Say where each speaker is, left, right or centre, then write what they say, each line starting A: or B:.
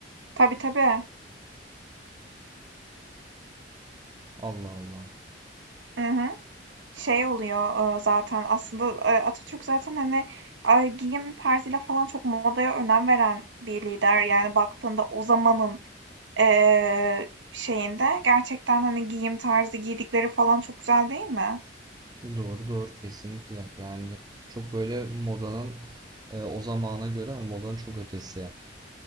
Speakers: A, on the right; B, on the right.
A: Tabii tabii.
B: Allah Allah.
A: Hı hı. Şey oluyor e, zaten aslında e, Atatürk zaten hani e, giyim tarzıyla falan çok modaya önem veren bir lider. Yani baktığında o zamanın e, şeyinde gerçekten hani giyim tarzı giydikleri falan çok güzel değil mi?
B: Doğru doğru kesinlikle. Yani çok böyle modanın e, o zamana göre hani modanın çok ötesi.